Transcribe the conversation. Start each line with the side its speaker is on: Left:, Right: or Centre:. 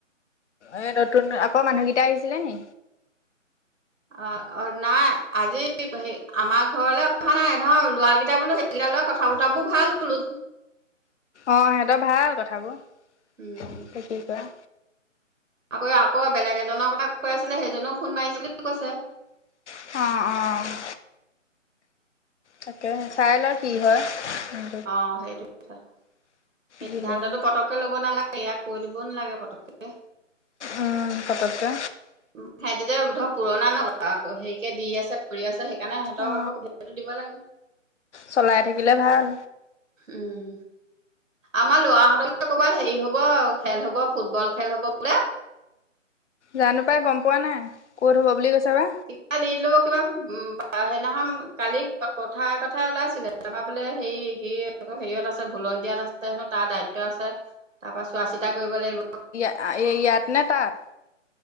Left: এ নতুন, আকৌ মানুহকেইটা আহিছিলে নি?
Right: অ', অ' নাই আজি হেৰি আমাৰ ঘৰলে আ অহা নাই, নহয় লৰাকেইটা বোলো সেইকেইটা লৰা কথা বতৰাবোৰ ভাল বোলো।
Left: অ' সিহঁতৰ ভাল কথাবোৰ
Right: উম
Left: তে কি কোৱা
Right: আকৌ আকৌ বেলেগ এজনৰ কথা কৈ আছিলে সেইজনেও ফোন মাৰিছে বুলি কৈছে।
Left: অঁ' অঁ'। তাকেহে, চাই ল কি হয় উম
Right: অ' সেইটো কথাটো। সিদ্ধান্তটো
Left: দিলে হয়
Right: পতককে ল'ব নালাগে, ইয়াক কৈ দিবও নালাগে পতককে।
Left: উম, পতককে।
Right: উম হেতি যে ধৰ পুৰণা ন লা, আগ হেৰিকে দি আছে কৰি আছে। সেইকাৰণে সিহঁতক
Left: অ
Right: আকৌ সুবিধাটো দিব লাগে।
Left: চলাই থাকিলে ভাল
Right: উম আমাৰ লৰাহতলে কবাত হেৰি হব খেল হব ফুটবল খেল হব বোলে
Left: জানো পাই গম পোৱা নাই, ক'ত হ'ব বুলি কৈছে বা।
Right: <unintelligible> কিবা উম, সেইদিনাখন কালি কথাই কথাই ওলাইছিলে। <unintelligible> বোলে হে সি আকৌ হেৰিয়ত আছে ভুলণ দিয়াত আছে হেনো তাৰ দায়িত্ব আছে তাৰপা চোৱা চিতা কৰিব লাগিব।
Left: এই ইয়াত নে তাত?